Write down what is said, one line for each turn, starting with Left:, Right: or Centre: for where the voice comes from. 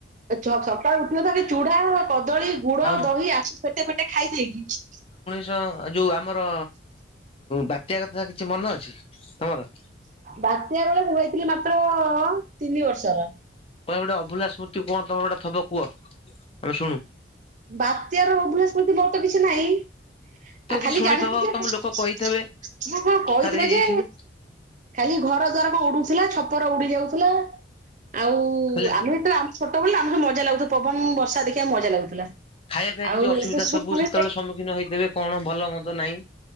Right: ଚ ସକାଳୁ ଉଠିଵ ଧରି ଚୁଢା, କଦଳୀ ଗୁଡ,
Left: ଆଉ
Right: ଦହି ୟାକୁ ପେଟେ ପେଟେ ଖାଇ ଦେଇକି
Left: ଚ ଯୋଉ ଆମର ବାତ୍ୟା କଥା କିଛି ମନେ ଅଛି ତମର?
Right: ବାତ୍ୟା ବେଳେ ମୁଁ ହେଇଥିଲି ମାତ୍ର ଅ ତିନି ବର୍ଷର।
Left: ତମେ ଗୋଟେ ଅଭୁଲା ସ୍ମୃତି କୁହ ତମର ଗୋଟେ ଥିବ କୁହ ଆମେ ଶୁଣୁ?
Right: ବାତ୍ୟାର ଅଭୁଲା ସ୍ମୁତି ମର ତ କିଛି ନାହିଁ।
Left: ତମେ
Right: ଆ ଖାଲି
Left: କିଛି ଶୁଣିଥବ
Right: ଜାଣିଥିଲି ଯେ
Left: ତମ
Right: ହଁ
Left: ଲୋକ କହିଥେବେ
Right: ମୋ ବୋଉ କହିଥିଲା
Left: ତାର ଏଇ
Right: ଯେ
Left: ଏଇ ସବୁ
Right: ଖାଲି ଘର ଦ୍ଵାର କଣ ଉଡୁଥିଲା ଛପର ଉଡି ଯାଉଥିଲା ଆଉ କୁ
Left: ଖାଲି
Right: ଆମେ ଯେତେବେଳେ ଆମେ ଛୋଟ ଥିଲୁ ନା ଆମକୁ ମଜା ଲାଗୁଥିବ ପବନ ବର୍ଷା ଦେଖିବାକୁ ମଜା ଲାଗୁଥିଲା।
Left: ଖାଇବା ପିଇବା
Right: ଆଉ
Left: କିଛି ଅସୁବିଧା
Right: ଏବେ
Left: ସବୁ
Right: ଶୁଣିଲେ
Left: ସେତେବେଳେ ସମ୍ମୁଖୀନ ହେଇଥିବେ କଣ ଭଲ ମନ୍ଦ ନାହିଁ।